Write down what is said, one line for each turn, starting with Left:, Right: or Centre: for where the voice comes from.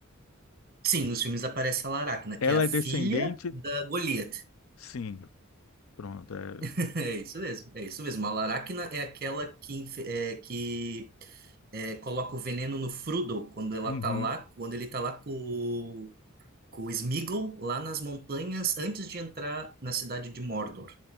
Right: Sim, nos filmes aparece a Laracna,
Left: Ela
Right: que é a filha
Left: é descendente?
Right: da Goliath.
Left: Sim. Pronto. É,
Right: <laughs> É isso mesmo, é isso mesmo. A Laracna é aquela que, inf- é, que é, coloca o veneno no Frodo quando ela
Left: uhum.
Right: tá lá, quando ele tá lá com, com o Sméagol lá nas montanhas antes de entrar na cidade de Mordor,